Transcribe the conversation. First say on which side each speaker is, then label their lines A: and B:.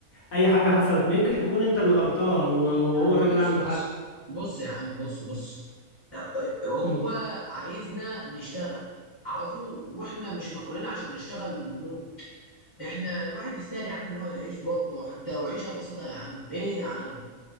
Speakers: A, on the left (about 75°); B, on the left (about 25°).
A: اي حاجة حصلت ما يمكن تكون انت اللي غلطان و- وهو
B: يا عم
A: الراجل
B: بص
A: عنده
B: بص
A: حق
B: بص يا عم بص بص هو
A: مم.
B: عايزنا نشتغل على طول واحنا مش مخلوقين عشان نشتغل ومو احنا الواحد يستاهل يا عم ان هو يعيش برضه حتى وعيشه بسيطه يا عم ايه يا عم